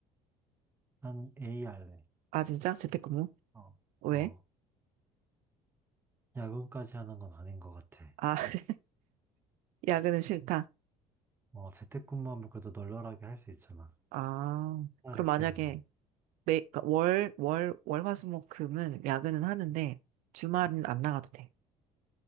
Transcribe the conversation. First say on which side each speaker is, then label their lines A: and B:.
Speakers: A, on the right; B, on the right.
A: 나는 A 할래.
B: 아, 진짜? 재택근무?
A: 어,
B: 왜?
A: 어. 야근까지 하는 건 아닌 것 같아.
B: 아, <laughs> 야근은 싫다.
A: 어, 재택근무하면 그래도 널널하게 할 수 있잖아.
B: 아,
A: 차라리
B: 그럼 만약에
A: 그게 나은 거.
B: 매, 그러니까 월, 월, 월, 화, 수, 목, 금은 야근은 하는데 주말은 안 나가도 돼.